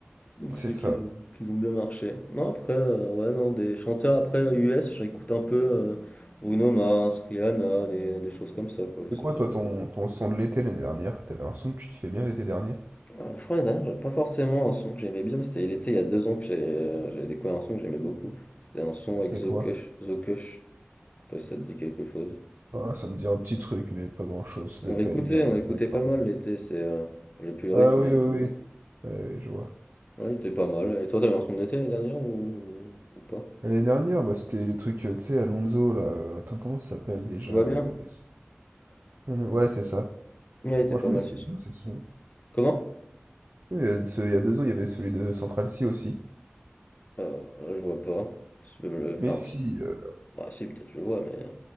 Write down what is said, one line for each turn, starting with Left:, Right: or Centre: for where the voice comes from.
Left: Donc
Right: C'est
Left: c'est
Right: ça.
Left: qu'ils qu'ils ont bien marché. Non, après, euh, ouais, non, des chanteurs après US, j'écoute un peu euh, Bruno Mars, Rihanna, des, des choses comme ça, quoi, je
Right: C'est
Left: sais
Right: quoi,
Left: pas
Right: toi,
Left: toi.
Right: ton, ton son de l'été l'année dernière? T'avais un son que tu kiffais bien l'été dernier?
Left: Euh, je crois l'année dernière, j'avais pas forcément un son que j'aimais bien, mais c'était il était il y a deux ans que j'ai- euh, j'avais découvert un son que j'aimais beaucoup. C'était un son
Right: C'était
Left: avec Zo
Right: quoi?
Left: Kush, Zo Kush, je sais pas si ça te dit quelque chose.
Right: Ah, ça me dit un petit truc, mais pas grand-chose. Ça
Left: On
Right: devait
Left: l'écoutait,
Right: pas être bien,
Left: on l'écoutait
Right: bien extraordinaire.
Left: pas mal l'été, c'est... euh, j'ai plus le
Right: Ah
Left: rythme,
Right: oui,
Left: mais...
Right: oui, oui. Ouais, ouais, je vois.
Left: Ouais, il était pas mal. Et toi, t'avais un son de l'été l'année dernière ou... ou pas?
Right: L'année dernière, bah, c'était les trucs, euh, tu sais, Alonso, là. euh, Attends, comment ça s'appelle déjà,
Left: Tout
Right: euh,
Left: va bien?
Right: les sons? Non, non, ouais, c'est ça.
Left: Ouais, il était
Right: Franchement,
Left: pas mal
Right: ils étaient
Left: ce son.
Right: bien, ces sons.
Left: Comment?
Right: Sinon, il y a, ce- il y a deux ans, il y avait celui de Central C aussi.
Left: Euh, là, je vois pas. Si tu peux me le faire
Right: Mais si,
Left: un petit.
Right: euh,
Left: Bah, si, peut-être je le vois, mais. euh,